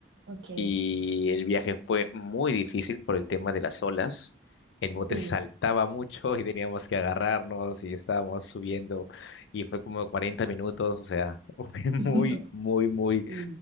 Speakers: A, on the right; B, on the left.
A: ok.
B: y el viaje fue muy difícil por el tema de las olas. El bote
A: Sí,
B: <laughs> saltaba mucho y teníamos que agarrarnos y estábamos subiendo y fue como 40 minutos, o sea, <laughs> fue muy,
A: <laughs>
B: muy, muy,
A: Sí.